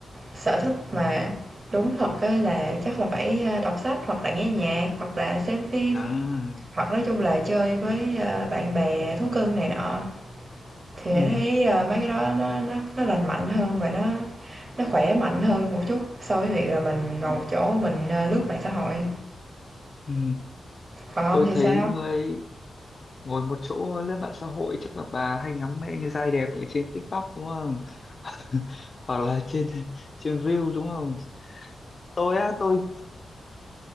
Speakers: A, on the right; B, on the left.
A: Sở thích mà đúng thật á là chắc là phải, a, đọc sách hoặc là nghe nhạc, hoặc là xem phim,
B: À,
A: hoặc nói chung là chơi với, a, bạn bè, thú cưng này nọ, thì
B: ừ,
A: Hải thấy, a, mấy cái đó nó nó nó lành mạnh hơn và nó nó khỏe mạnh hơn một chút so với việc là mình ngồi
B: ừ,
A: một chỗ mình, a, lướt mạng xã hội.
B: ừ.
A: Còn ông
B: Tôi
A: thì
B: thấy
A: sao?
B: người ngồi một chỗ lên mạng xã hội chắc là bà hay ngắm mấy anh trai đẹp ở trên TikTok đúng không? <laughs> Hoặc là trên trên Reel đúng không? Tôi á, tôi